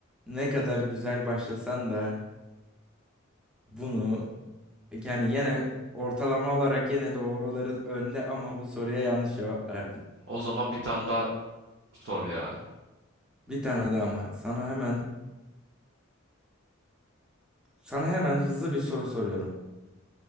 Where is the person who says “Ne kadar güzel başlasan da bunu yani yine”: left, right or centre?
Centre